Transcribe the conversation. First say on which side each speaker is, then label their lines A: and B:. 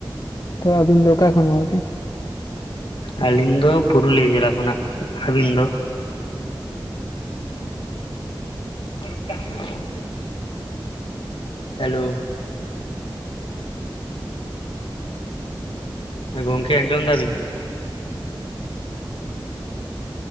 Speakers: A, on the left; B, on the left.
A: ᱛᱚ ᱟᱹᱵᱤᱱ ᱫᱚ ᱚᱠᱟ ᱠᱷᱚᱱ ᱜᱚᱢᱠᱮ?
B: ᱟᱹᱞᱤᱧ ᱫᱚ ᱯᱩᱨᱩᱞᱤᱭᱟᱹ ᱡᱮᱞᱟ ᱠᱷᱚᱱᱟᱜ᱾ ᱟᱹᱵᱤᱱ ᱫᱚ? <unintelligible> ᱦᱮᱞᱳ᱾ ᱦᱮᱸ ᱜᱚᱝᱠᱮ ᱟᱸᱡᱚᱢ ᱫᱟ ᱵᱤᱱ?